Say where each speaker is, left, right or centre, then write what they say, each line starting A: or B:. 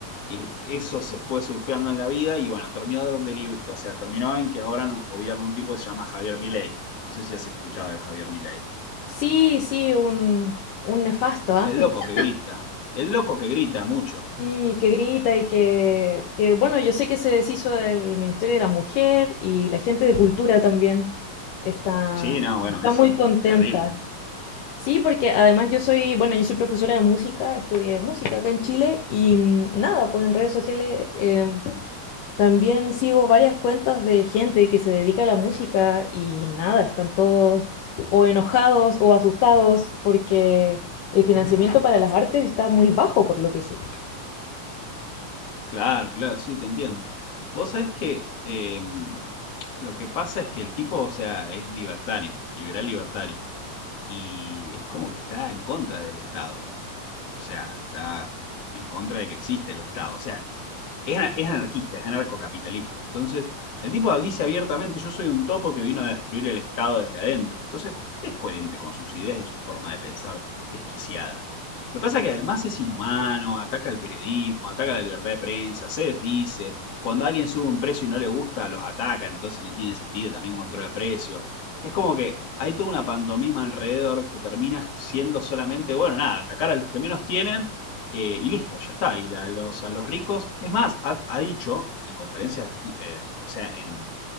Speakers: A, on the left; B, on the left.
A: eh, eso se fue surfeando en la vida y bueno, terminó, de li- o sea, terminó en que ahora nos gobierna un tipo que se llama Javier Milei. No sé si has escuchado de Javier Milei.
B: Sí, sí, un, un nefasto, ¿ah?
A: El
B: <laughs>
A: loco que grita. El loco que grita mucho.
B: Sí, que grita y que, que, bueno, yo sé que se deshizo del Ministerio de la Mujer y la gente de cultura también está,
A: Sí, no, bueno,
B: está
A: eso,
B: muy contenta.
A: terrible.
B: Sí, porque además yo soy, bueno, yo soy profesora de música, estudié música acá en Chile y mm, nada, pues en redes sociales eh, También sigo varias cuentas de gente que se dedica a la música y nada, están todos o enojados o asustados porque el financiamiento para las artes está muy bajo, por lo que sé.
A: Claro, claro, sí, te entiendo. Vos sabés que em, lo que pasa es que el tipo, o sea, es libertario, liberal libertario, y es como que está en contra del Estado, o sea, está en contra de que existe el Estado, o sea, es, ana- es anarquista, es anarcocapitalista. Entonces, el tipo dice abiertamente, yo soy un topo que vino a destruir el Estado desde adentro. Entonces, es coherente con sus ideas y su forma de pensar desquiciada. Lo que pasa es que además es inhumano, ataca el periodismo, ataca la libertad de prensa, se desdice. Cuando alguien sube un precio y no le gusta, los ataca, entonces no tiene sentido, también controla el precio. Es como que hay toda una pantomima alrededor que termina siendo solamente, bueno, nada, atacar a los que menos tienen eh, y listo, ya está. Y a los, a los ricos, es más, ha, ha dicho en conferencias, eh, o sea, en